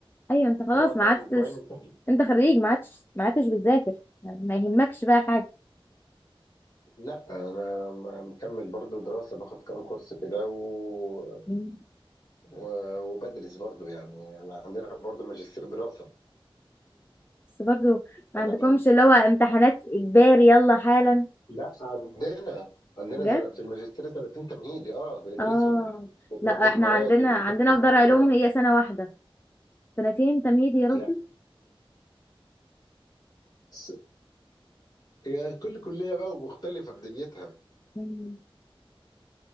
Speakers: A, on the left; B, on the left.
A: ايوه انت خلاص
B: بقى
A: ما عدتش
B: الاسبوعين نمتحن
A: انت خريج ما عدتش ما عدتش بتذاكر ما ما يهمكش بقى حاجه
B: لا انا م- مكمل برضو دراسه باخد كام كورس كده و...
A: مم.
B: و... وبدرس برضو يعني انا عندنا برضو ماجستير دراسه
A: بس برضه ما
B: يعني
A: عندكمش
B: انا
A: اللي هو امتحانات اجباري يلا حالا
B: لا عندنا عندنا
A: بجد
B: زر... في الماجستير سنتين تمهيدي اه بندرسهم
A: اه
B: وبناخد
A: لا احنا
B: مواد
A: عندنا
B: وبنخش
A: عندنا
B: محاضرات
A: في دار علوم هي سنه واحده سنتين تمهيدي يا ربي
B: لا س- هي كل كليه بقى ومختلفه في دنيتها
A: مم.